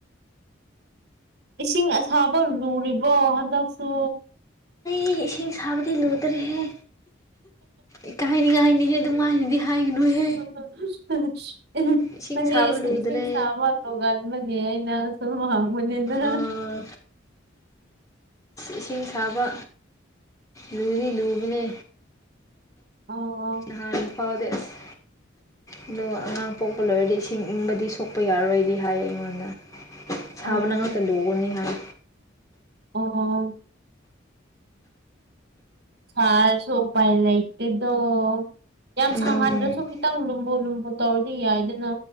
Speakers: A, on the right; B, on the left.
A: ꯏꯁꯤꯡ ꯑꯁꯥꯕ ꯂꯨꯔꯤꯕꯣ ꯍꯟꯗꯛꯁꯨ
B: <inaudible> ꯊꯥꯕꯗꯤ ꯂꯨꯗ꯭ꯔꯦꯍꯦ ꯏꯀꯥꯏꯅꯤꯉꯥꯏꯅꯤꯍꯦ ꯑꯗꯨꯃꯥꯏꯅꯗꯤ ꯍꯥꯏꯒꯅꯨꯍꯦ
A: <unintelligible>
B: ꯏꯁꯤꯡ ꯁꯥꯕ ꯂꯨꯗ꯭ꯔꯦ
A: ꯑꯗꯨꯒꯤ ꯑꯩꯅ ꯁꯨꯝ ꯍꯪꯕꯅꯤꯗ
B: ꯑꯥ ꯏꯁꯤꯡ ꯁꯥꯕ ꯂꯨꯗꯤ ꯂꯨꯕꯅꯦ
A: ꯑꯣ ꯑꯣ
B: UNINTELLIGIBLE ꯐꯥꯎꯗꯦꯁ ꯑꯗꯨꯒ ꯑꯉꯥꯡ ꯄꯣꯛꯄ ꯂꯣꯏꯔꯗꯤ ꯏꯁꯤꯡ ꯏꯪꯕꯗꯤ ꯁꯣꯛꯄ ꯌꯥꯔꯣꯏꯗꯤ ꯍꯥꯏꯌꯦ ꯑꯩꯉꯣꯟꯗ ꯁꯥꯕꯅ
A: ꯑꯣ
B: ꯉꯥꯛꯇ ꯂꯨꯒꯅꯤ ꯍꯥꯏ
A: INAUDIBLE ꯁꯥꯔꯁꯨ ꯎꯄꯥꯏ ꯂꯩꯇꯦꯗꯣ ꯌꯥꯝ
B: ꯎꯝ
A: ꯁꯥꯍꯟꯗ꯭ꯔꯁꯨ
B: ꯎꯝ
A: ꯈꯤꯇꯪ ꯂꯨꯝꯕꯨ ꯂꯨꯝꯕꯨ ꯇꯧꯔꯗꯤ ꯌꯥꯏꯗꯅ